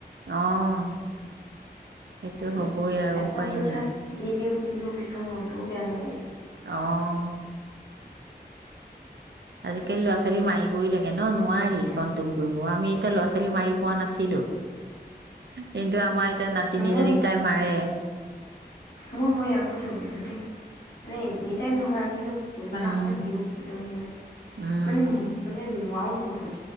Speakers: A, on the right; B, on the left.
A: অ', সেইটো
B: যে
A: হ'বই আৰু
B: এচাত
A: উপায়
B: দুচাত
A: নাই।
B: দি দিওঁ কিন্তু পিছত মনটোও বেয়া লাগে।
A: অ'। আজিকালি ল'ৰা-ছোৱালী মৰিবই লাগ ন-নোৱাৰি
B: তাকে
A: কণ্ট্ৰল কৰি আমি এতিয়া ল'ৰা-ছোৱালী মাৰি পোৱা নাছিলোঁ। কিন্তু আমাৰ এতিয়া নাতিনীজনীক
B: মই
A: তাই মাৰে।
B: মই, মই, ইয়াকো দিওঁ কিন্তু দেই। মানে, এনি টাইম নহয় আৰু কিন্তু কোনোবা
A: উম,
B: এটা সময়ত দিওঁ। পিতন দিওঁ।
A: উম,
B: মানে, মানে নোৱাৰোঁ গৈ <unintelligible>